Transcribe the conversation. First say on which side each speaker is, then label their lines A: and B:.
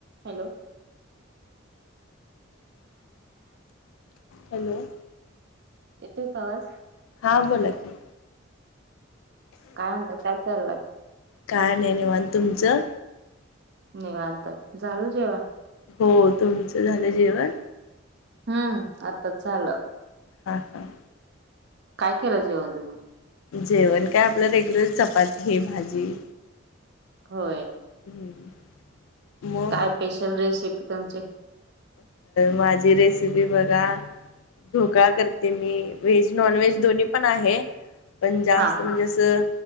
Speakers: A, on the right; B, on the left.
A: Hello.
B: Hello.
A: येतोय का आवाज?
B: हां बोला की.
A: काय म्हणतं काय चाललंय?
B: काय नाय निवांत तुमचं?
A: निवांत झालं जेवण?
B: हो तुमचं झालं जेवण?
A: हम्म आताच झालं.
B: हां हां.
A: काय केलं जेवण तुम्ही?
B: जेवण काय आपलं रेग्युलर चपाती हे भाजी.
A: होय.
B: हम्म. मग
A: काय पेशल रेसिपी तुमची?
B: माझी रेसिपी बघा ढोकळा करते मी व्हेज, नॉन व्हेज दोन्ही पण आहे. पण जास्त
A: हा हा
B: म्हणजे असं